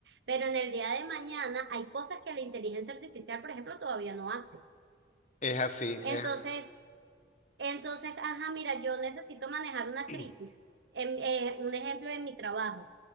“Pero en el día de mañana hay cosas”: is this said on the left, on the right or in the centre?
Right